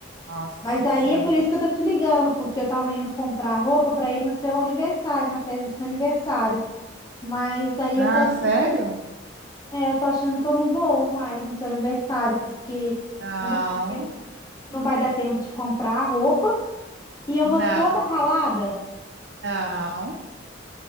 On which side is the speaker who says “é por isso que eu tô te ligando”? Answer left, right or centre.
Left